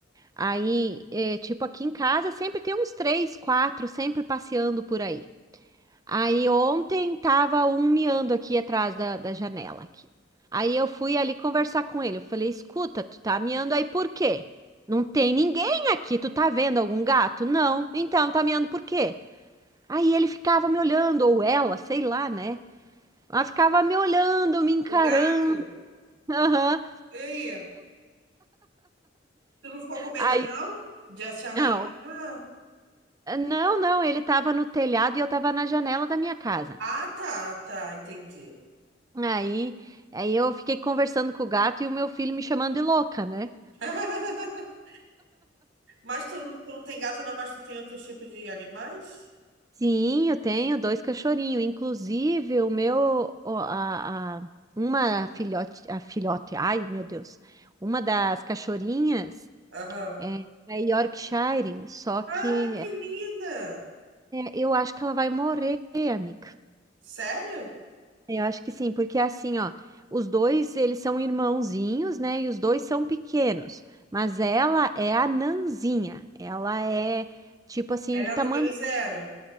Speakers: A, on the right; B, on the right.
A: Aí, é, tipo, aqui em casa sempre tem uns três, quatro, sempre passeando por aí. Aí ontem tava um miando aqui atrás da, da janela aqui. Aí eu fui ali conversar com ele. Eu falei, escuta, tu tá miando aí por quê? Não tem ninguém aqui. Tu tá vendo algum gato? Não. Então, tá miando por quê? Aí ele ficava me olhando, ou ela, sei lá, né? Ela ficava me olhando, me encarando.
B: O gato,
A: <laughs> Aham.
B: e aí? Tu não ficou com medo,
A: Aí,
B: não? De te arranhar?
A: não, não, não, ele tava no telhado e eu tava na janela da minha casa.
B: Ah, tá, tá, entendi.
A: Aí, aí eu fiquei conversando com o gato e o meu filho me chamando de louca, né?
B: <laughs> Mas tu, não- tu não tem gato, não, mas tu tem outros tipos de animais?
A: Sim, eu tenho dois cachorrinhos. Inclusive, o meu, o- a, a- uma filhote, a filhote, ai meu Deus, uma das cachorrinhas
B: Aham.
A: é, é Yorkshire, só que
B: Ah, que
A: é,
B: linda!
A: eu acho que ela vai morrer, amiga.
B: Sério?
A: Eu acho que sim, porque assim, ó, os dois, eles são irmãozinhos, né? E os dois são pequenos, mas ela é a nanzinha. Ela é tipo assim
B: Ela
A: do
B: é
A: tamanho
B: o número zero?